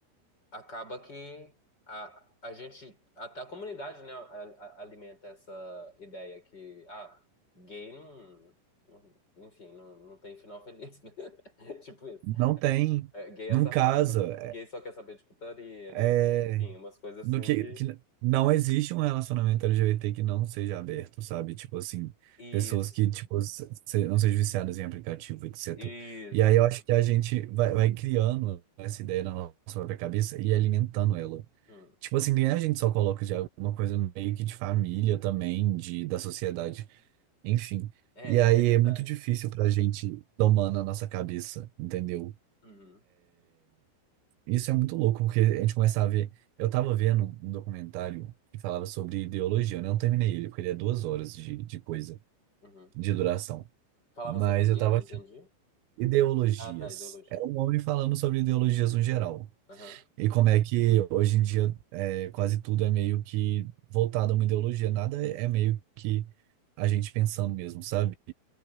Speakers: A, on the left; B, on the right.
A: acaba que a, a gente, até a comunidade, né, a- a- alimenta essa ideia que, ah, gay não, não- enfim, não, não tem final feliz, né? <laughs> Tipo isso.
B: não tem,
A: É, gay
B: não
A: é safado,
B: casa. É,
A: gay só quer saber de putaria,
B: é-
A: né? Enfim, umas coisas
B: no
A: assim
B: que,
A: que.
B: que não existe um relacionamento LGBT que não seja aberto, sabe? Tipo assim,
A: Isso.
B: pessoas que tipo se- se- não sejam viciadas em aplicativo, etc.
A: Isso.
B: E aí eu acho que a gente vai, vai criando essa ideia na nossa própria cabeça e alimentando ela.
A: Hum.
B: Tipo assim, nem a gente só coloca de alguma coisa meio que de família também, de, da sociedade, enfim.
A: É,
B: E aí
A: é verdade.
B: é muito difícil pra gente domar na nossa cabeça, entendeu?
A: Uhum,
B: Isso é muito louco, porque a gente começa a ver. Eu tava vendo um documentário que falava sobre ideologia, né? eu não terminei ele, porque ele é duas horas de, de coisa,
A: uhum.
B: de duração.
A: Falava
B: Mas
A: sobre o
B: eu
A: quê
B: tava
A: que eu não
B: achando.
A: entendi?
B: Ideologias.
A: Ah, tá, ideologia.
B: Era um homem falando sobre ideologias no geral.
A: Aham.
B: E como é que hoje em dia é, quase tudo é meio que voltado a uma ideologia, nada é é meio que a gente pensando mesmo, sabe?